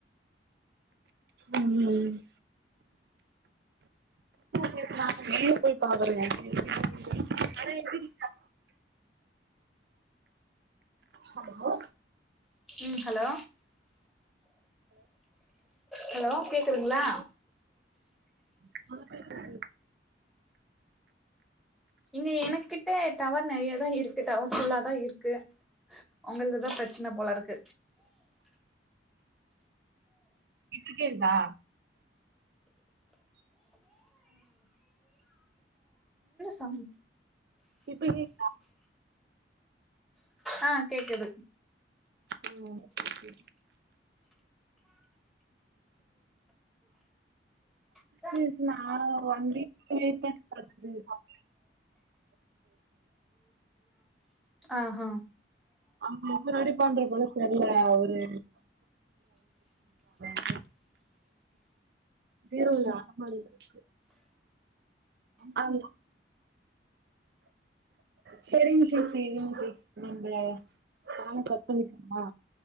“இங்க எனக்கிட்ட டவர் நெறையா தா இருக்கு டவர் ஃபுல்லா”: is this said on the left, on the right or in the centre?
Centre